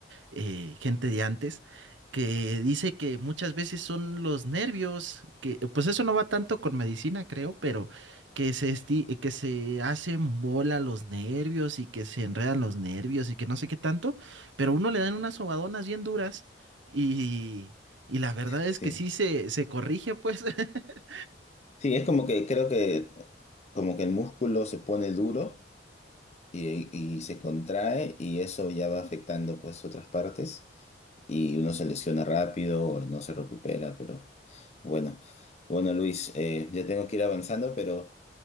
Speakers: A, on the right (about 80°); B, on the left (about 35°).
A: eh, gente de antes, que dice que muchas veces son los nervios, que pues eso no va tanto con medicina, creo, pero que se esti- que se hacen bola los nervios y que se enredan los nervios y que no sé qué tanto, pero uno le dan unas sobadonas bien duras. Y, y la verdad es
B: sí.
A: que sí se, se corrige, pues. <laughs>
B: Sí, es como que creo que como que el músculo se pone duro y, y se contrae y eso ya va afectando pues otras partes y uno se lesiona rápido o no se recupera, pero bueno, bueno Luis, eh, ya tengo que ir avanzando, pero...